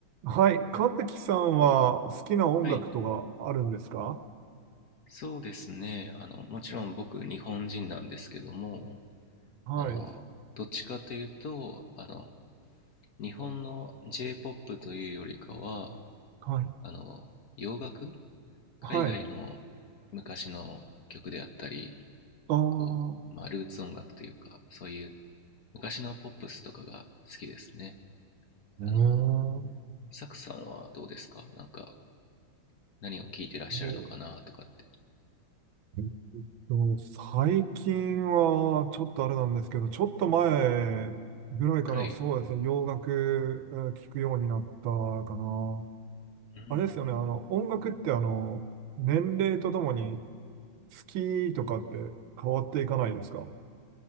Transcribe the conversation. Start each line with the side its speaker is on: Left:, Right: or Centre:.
Right: はい。神崎さんは好きな音楽とかあるんですか
Left: はい、そうですね。あの、もちろん僕、日本人なんですけども、
Right: はい。
Left: あの、どっちかというと、あの、日本の J-POP というよりかは、
Right: はい。
Left: あの、洋楽、海外の昔の曲であったり、
Right: はい。ああ、
Left: こう、
Right: う
Left: まあ、ルーツ音楽というか、そういう昔のポップスとかが好きですね。あの、
Right: ー
Left: サクさんはどうですかなんか、何を聴いてらっしゃるのかなとかって。
Right: そうえっと最近はちょっとあれなんですけど、ちょっと前ぐらいからそうですね、
Left: はい。
Right: 洋楽えー聞くようになったかな。
Left: うん、
Right: あれですよね、あの、音楽ってあの、年齢とともに好きとかって変わっていかないですか